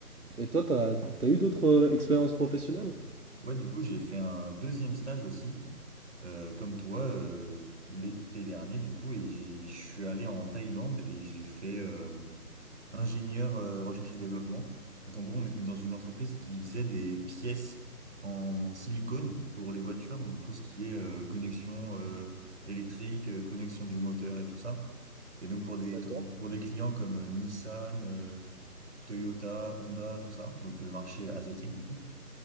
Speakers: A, on the right (about 65°); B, on the right (about 45°).
A: Et toi, t'as, t'as eu d'autres euh, expériences professionnelles?
B: Ouais, du coup, j'ai fait un deuxième stage aussi, euh, comme toi, euh, l'été dernier, du coup, et j'ai, je suis allé en Thaïlande et j'ai fait euh, ingénieur euh, recherche et développement. Donc en gros, on était dans une entreprise qui faisait des pièces en silicone pour les voitures, donc tout ce qui est euh, connexion euh, électrique, euh, connexion du moteur et tout ça. Et donc pour des
A: D'accord.
B: pour des clients comme euh, Nissan, euh, Toyota, Honda, tout ça, donc le marché asiatique du coup.